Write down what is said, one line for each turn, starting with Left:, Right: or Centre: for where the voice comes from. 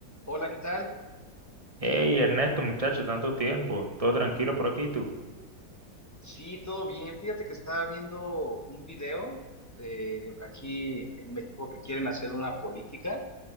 Left: Hola, ¿qué tal?
Right: Hey, Ernesto, muchacho, tanto tiempo. Todo tranquilo por aquí, tú.
Left: Sí, todo bien. Fíjate que estaba viendo un video de aquí en México que quieren hacer una política.